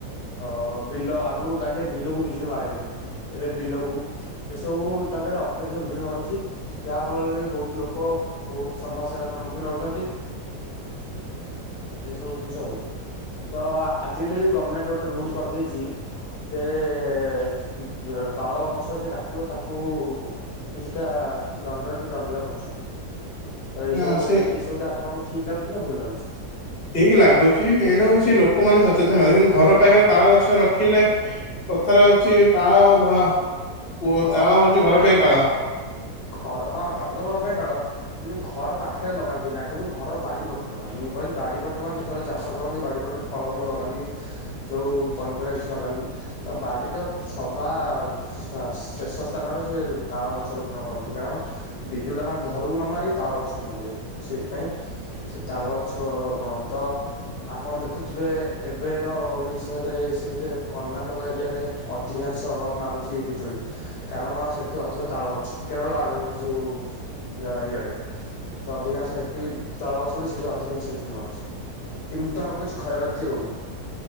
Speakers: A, on the left; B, on the left.
A: ଅ ବିଲ ଆଗରୁ ବାଗେ ବିଲକୁ ବିଜୁଳି ମାରେନି ଏବେ ବିଲକୁ ଏସବୁ ଦାଗାରେ ଅତ୍ୟଧିକ ବିଜୁଳି ମାରୁଛି ଯାହା ଫଳରେ ବି ବହୁତ ଲୋକ କ ବହୁତ ସମସ୍ୟାର ସମ୍ମୁଖୀନ ହଉଛନ୍ତି। ଏଇ ସବୁ ଜିନିଷ ହଉଛି ତ ଆଜିକାଲି ବି ଗଭର୍ଣ୍ଣମେଣ୍ଟ ଗୋଟେ ରୁଲ କରିଦେଇଛି ଯେ ତାଳ ଗଛ ଯିଏ କାଟିବ ତାକୁ କିଛିଟା ଦଣ୍ଡରେ ସେ ଦଣ୍ଡିତ କରୁଛନ୍ତି ତ ଏଇ
B: ନା
A: ସବୁ
B: ସେ
A: ଏଇ ଏଇ ସବୁ ଟା ଆପଣଙ୍କୁ ଠିକ ଲାଗୁଛି ନା ଭୁଲ ଲାଗୁଛି
B: ହେଇକି ଲାଗୁଛି ମେନ୍ ହଉଛି ଲୋକମାନେ ସଚେତନ ହେନ୍ତି କିନ୍ତୁ ଘର ପାଖରେ ତାଳ ଗଛ ରଖିଲେ କଥାରେ ଅଛି ତାଳ ଘ ପୁଅ
A: ଘର
B: ତାଳ ହଉଛି
A: ପାଖରେ
B: ଘର
A: ନୁହଁ
B: ପାଇଁ କାଳ
A: ଘ ଘର ହଁ ତାଳ ତ ଘର ପାଇଁ କାଳ କିନ୍ତୁ ଘର ପାଖରେ ଲଗାନ୍ତିନି ଆଗରୁ ଘର ବାଡି ବଟି ଲଗାନ୍ତି ମୁଁ କହିଲି ବାଡି ପଟ ମାନେ ତଳେ ଚାଷ କରନ୍ତି ବାଡି ପଟ ଫଳମୂଳ ଲଗାନ୍ତି କି? ଯେଉଁ ପନିପରିବା କିଛି ଲଗାନ୍ତି ତ ବାଡ଼ିର ସଭା ହଁ ଶେଷ ସ୍ଥାନରେ ସେ ତାଳ ଗଛ ରୋପଣ କରନ୍ତି କାରଣ ବିଜୁଳୀ ଟା ତାଙ୍କ ଘରକୁ ନ ମାରି ତା ଗଛକୁ ମାରିଯାଉ ସେଇଥିପାଇଁ ସେ ତାଳ ଗଛ ପଣନ୍ତ ଆପଣ ଦେଖୁଥିବେ ଏବେର ଓଡ଼ିଶାରେ ସେ ଯେ କର୍ଣ୍ଣାଟକ ଏରିଆରେ ଅଧିକାଂଶ ମାରୁଛି ବିଜୁଳି କାରଣ ସେଠି ଅଧିକ ତାଳ ଗଛ କେରଳାର ଯୋଉ ଯ ଇଆଡେ ତ ଅଧିକାଂଶ ସେଠି ତାଳଛଳି ବୋଲି ସେଠି ଅଧିକାଂଶ ବିିଜୁଳି ମାରୁଛି କିନ୍ତୁ ତାଙ୍କୁ କିଛି କ୍ଷୟକ୍ଷତି ହଉନି